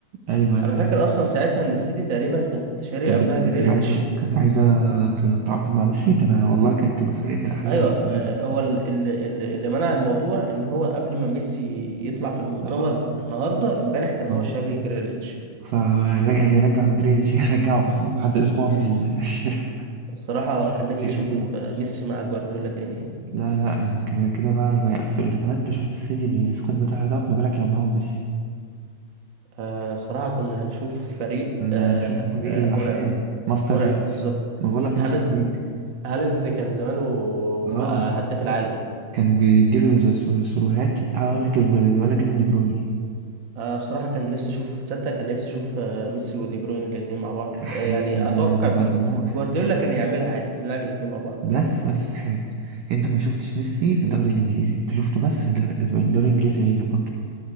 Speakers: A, on the right; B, on the right.
A: ايوه ايوه
B: انا فاكر
A: أيوه.
B: اصلا ساعتها ان السيتي تقريبا كانت شاري
A: كانت
B: قبلها
A: بت-
B: جريليتش
A: كانت عايزه كانت عايزه تتعاقد مع ميسي تبقى والله كانت تبقى فرقه الاحلام
B: ايوه
A: تقريبا
B: آه، هو ال- ال- ال- اللي منع الموضوع ان هو قبل ما ميسي يطلع في المؤتمر
A: اه
B: النهارده امبارح كان هو
A: اه
B: شاري جريليتش
A: فرجع هيرجع جريليش هيرجعه
B: <laughs>
A: <laughs> بعد اسبوع من ال- <laughs> الشراء
B: بصراحة كان نفسي
A: في اسبوع
B: اشوف آه، ميسي مع جوارديولا تاني يعني
A: لا لا كده كده بقى يبقى يقفل ده كمان انت شفت السيتي بالسكواد بتاعها دوت ما بالك لو معاهم ميسي
B: آه بصراحة كنا هنشوف فريق
A: كنا
B: آه
A: هنشوف فريق
B: آه،
A: الأحلام
B: مرعب
A: ماستر
B: مرعب
A: ليج
B: بالظبط
A: ما بقول لك
B: هالاند
A: ماستر ليج
B: هالاند كان زمانه
A: اه
B: بقى هداف العالم
A: كان بيديله س- س- سروهات آه، ولا كيف- ولا كيفن دي برويني
B: آه بصراحة كان نفسي أشوف تصدق كان نفسي أشوف آه ميسي ودي بروين الاتنين مع بعض
A: حقيقي
B: آه، يعني
A: ده
B: أتوقع
A: ده ده
B: بر...
A: بقى دمار
B: جوارديولا كان يعملها عادي كان يلعب الاتنين مع بعض
A: بس بس في حاجة انت ما شفتش ميسي في الدوري الإنجليزي انت شفته بس في الدوري الأسباني الدوري الإنجليزي غير برضه